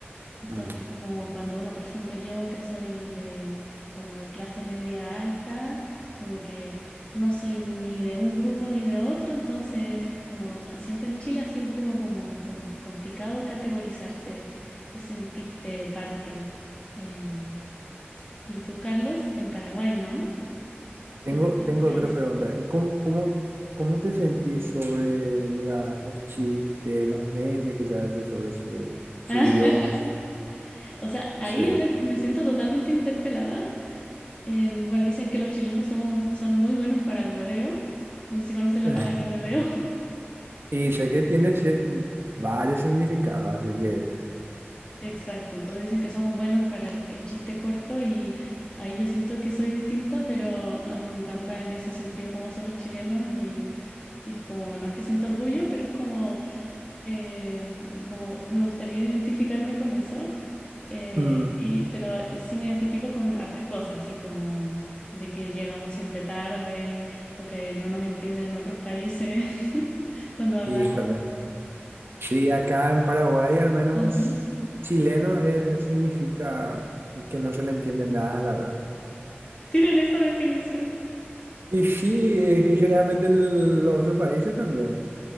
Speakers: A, on the left; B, on the right.
A: entonces,
B: Mm.
A: como cuando uno, por ejemplo, yo que soy de como de clase media alta, como que no soy ni de un grupo ni de otro, entonces como siempre en Chile ha sido un poco como com- complicado categorizarse y sentirte parte. Em, y tú, Carlos, en Paraguay, ¿no?
B: Tengo,
A: Respecto a
B: tengo
A: tu país.
B: otra pregunta. Eh, ¿Cómo, cómo, cómo te sentís sobre la- los chistes, los memes que se hacen sobre su su
A: <laughs>
B: idioma,
A: o sea, ahí
B: Sí.
A: yo me, me siento totalmente interpelada. En, bueno, dicen que los chilenos somos, son muy buenos para el hueveo. No sé si conoces la
B: <laughs>
A: palabra hueveo.
B: Y sé que tiene ci- varios significados, así que...
A: Exacto, entonces dicen que somos buenos para el, el chiste corto y ahí yo siento que soy distinta, pero a mí me encanta en ese sentido cómo son los chilenos y, y es como, no es que siento orgullo, pero es como, eh, como me gustaría identificarme con eso,
B: <laughs>
A: eh,
B: mm,
A: y, pero sí me identifico con hartas cosas, así como de que llegamos siempre tarde o que no nos entienden en otros países <laughs> cuando hablamos.
B: híjole. Sí, acá en Paraguay al menos
A: Ujú.
B: chileno eh, significa que no se le entiende nada al hablar.
A: ¿Tienen esa definición?
B: Y sí, eh, generalmente en el- los otros países también.